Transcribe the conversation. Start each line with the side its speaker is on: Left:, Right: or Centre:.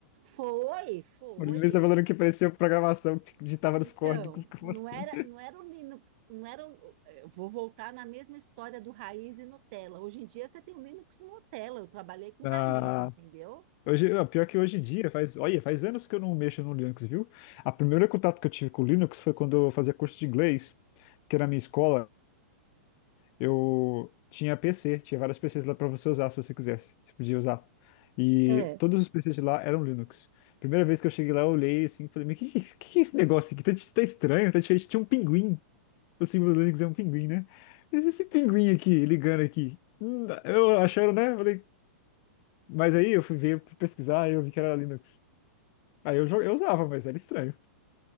Right: Foi, foi.
Left: O Linux tá falando que parecia programação que digitava nos
Right: Então,
Left: códigos, <laughs> como
Right: não
Left: assim?
Right: era, não era o Linux, não era o, eu vou voltar na mesma história do raiz e Nutella. Hoje em dia você tem o Linux no Nutella. Eu trabalhei com
Left: Ah,
Right: raiz, entendeu?
Left: hoje, ah, pior que hoje em dia, faz, olha, faz anos que eu não mexo no Linux, viu? A primeira contato que eu tive com o Linux foi quando eu fazia curso de inglês, que era na minha escola, eu tinha PC, tinha vários PCs lá para você usar se você quisesse, você podia usar. E
Right: É,
Left: todos os PCs de lá eram Linux. Primeira vez que eu cheguei lá, eu olhei assim, falei, mas que, que, que é esse negócio aqui? Tá, tá estranho, tá diferente, tinha um pinguim O símbolo do Linux é um pinguim, né? Mas Esse pinguim aqui, ligando aqui. Hum, Eu achando, né? Falei, mas aí eu fui ver, fui pesquisar e eu vi que era Linux. Aí eu, jo- eu usava, mas era estranho.